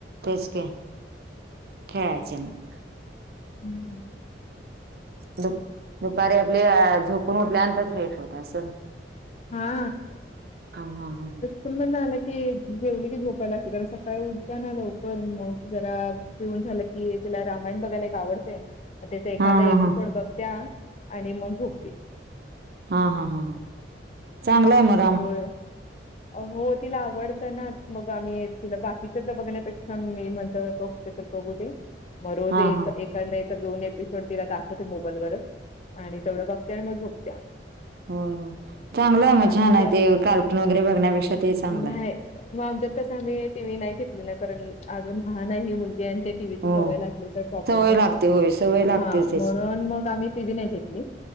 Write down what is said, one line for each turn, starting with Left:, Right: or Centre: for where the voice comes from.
Right: तेच खे खेळायचे ना
Left: हम्म
Right: दु दुपारी आपल्या झोपून उठल्यानंतर फ्रेश होत असं
Left: हा
Right: हा हा हा हां
Left: पण मण नाही आला की जेवली की झोपायला लागते कारण सकाळी उठताना लवकर मग जरा जऊन झालं कि तुला रामायण बघायला एक आवडते मग त्याचा एखादा
Right: हा
Left: एपिसोड
Right: हा हा
Left: बघत्या आणि मग झोपती
Right: हां हां हां हां चांगला आहे मर
Left: रोल हो तिला आवडतं ना मग आम्ही तिला बाकीच्या द बघण्यापेक्ष आम् म्हणत बघते तर बघू दे मग रोज
Right: हा
Left: एक
Right: हा
Left: एका नाही तर दोन एपिसोड तिला दाखवतते मोबाईलवरच आणि तेवढं बघत आणि मग झोकत्या
Right: हो हो चांगलं आहे मग
Left: बाकीच
Right: छान आहे ते कार्टून वगैरे बघण्यापेक्षा ते चांगलं
Left: नाही
Right: आहे
Left: मग आमच कस आम्ही टी व्ही नाही घेतली ना कारण अजून लहान आहे मुलगी आणि ते टीव्हीची
Right: हो.
Left: सवय लागली तर प्रॉब्लेम
Right: सवय
Left: नको
Right: लागते होय सवय लागतेच
Left: हा
Right: त्याची
Left: म्हणून मग आम्ही ती व नाही घेतली